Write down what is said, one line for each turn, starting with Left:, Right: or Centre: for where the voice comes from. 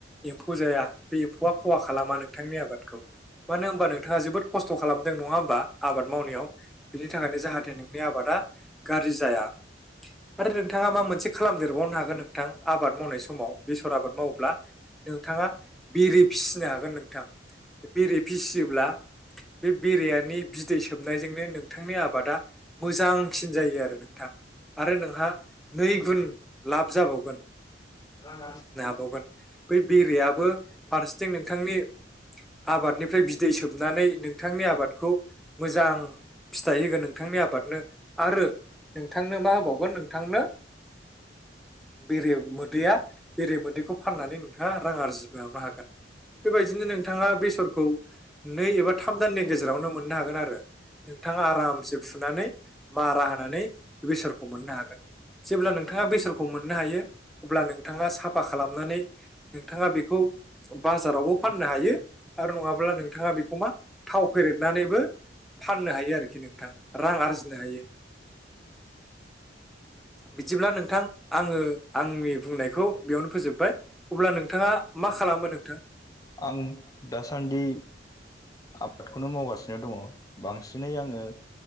Centre: एम्फौ जाया बे एम्फौआ खहा खालामा नोंथांनि आबादखौ मानो होनबा नोंथाङा जोबोद खस्थ' खालामदों नङा होमबा आबाद आबाद मावनायाव बिनि थाखायनो जाहाथे नोंनि आबादा गाज्रि जाया आरो नोंथाङा मा मोनसे खालामदेरबावनो हागोन नोंथां आबाद मावनाय समाव बेसर आबाद माव नोंथाङा बेरे फिसिनो हागोन नोंथां बेरे फिसियोब्ला बे बेरनि बिदै सोबनायजोंनो नोंथांनि आबादा मोजांसिन जायो आरो नोंथां आरो नोंहा नै गुन लाब जाबावगोन
Left: <inaudible>
Centre: बावगोन बै बेरयाबो फारसेथिं नोंथांनि आबादनिफ्राय बिदै सोबनानै नोंथांनि आबादखौ मोजां फिथाइ होगोन नोंथां - आबादनो आरो नोंथांनो मा होबावगोन नोंथांनो बेरे मोदैया बेरे मोदैखौ फाननानै नोंथाङा रां आरजिनोबो हागोन बेबायदिनो नोंथाङा बेसरखौ नै एबा थाम दाननि गेजेरावनो मोननो हागोन आरो नोंथाङा आरामसे फुनानै मारा होनानै बेसरखौ मोननो हागोन जेब्ला नोंथाङा बेसरखौ मोननो हायो अब्ला नोंथाङा साफा खालामनानै नोंथाङा बेखौ बाजारावबो फाननो हायो आरो नङाब्ला नोंथाङा बेखौ मा थाव फेरेदनानैबो फाननो हायो आरोखि नोंथां रां आरजिनो हायो बिदिब्ला नोंथां आङो आंनि बुंनायखौ बेयावनो फोजोबबाय अब्ला नोंथाङा मा खालामो नोंथां?
Left: आं दासान्दि आबादखौनो मावगासिनो दङ बांसिनै आङो